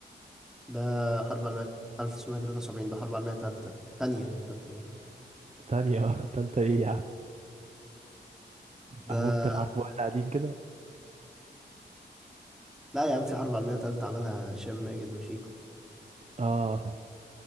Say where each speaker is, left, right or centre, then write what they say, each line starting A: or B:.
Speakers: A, in the centre; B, on the right (about 35°).
A: ده حرب عالميه 1973 ده حرب عالميه ثالثه ثانيه ثالثه ايه
B: تانية آه، <laughs> تالتة ايه يا عم
A: ده
B: هو افضل حرب واحد قاعدين كده
A: لا يا عم في حرب عالميه ثالثه عملها هشام ماجد وشيكو
B: اه